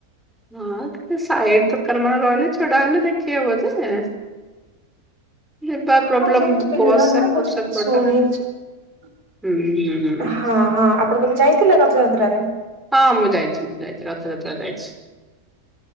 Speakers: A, in the centre; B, on the right (about 85°).
A: ହ ସାଇଡ ଦୋକାନ ମାନେ ରହିଲେ ଛଡା ହେଲେ ଦେଖି ହବ ଯେ ଯିବା ପ୍ରୋବ୍ଲେମ
B: ହଁ ବହୁତ ଭିଡ
A: ବସ୍
B: ନା
A: ଏପଟ
B: ମୁଁ ଯେତିକି
A: ସେପଟ
B: ଶୁଣିଛି
A: ହୁଁ ହୁଁ ହୁଁ
B: ହଁ ହଁ ଆପଣ ତବେ ଯାଇଥିଲେ ରଥଯାତ୍ରାରେ
A: ହଁ ମୁଁ ଯାଇଛି ମୁଁ ଯାଇଛି ରଥଯାତ୍ରା ଯାଇଛି